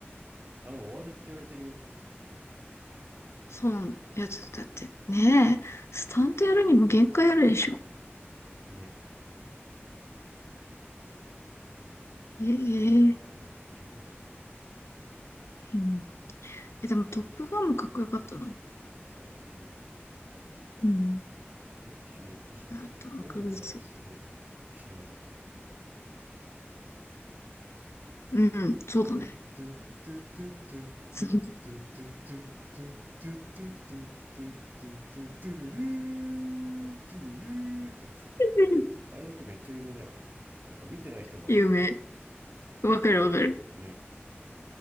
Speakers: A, on the right; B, on the left.
A: あ、でも終わるって言われてるよ。
B: そうなの。いや、ちょっとだってねえ、スタントやるにも限界あるでしょ。
A: ね。まあそうだよな。
B: ええ
A: もう6時ぐらいだしな。
B: うん。え、でもトップガンもかっこよかったな。
A: そうね。
B: うん。
A: ミッションインポッシブルって音楽だけすごい知れ渡ってるよね。
B: あ、トム・クルーズ。うん、そうだね。
A: ドゥドゥドゥドゥドゥドゥドゥドゥドゥドゥドゥドゥドゥドゥドゥトゥトゥルルードゥルル
B: そう
A: ーってやつ。
B: <laughs>
A: あれだけめっちゃ有名だよね。なんか見てない人もわかるよね。
B: 有名。わかるわかる。
A: ね。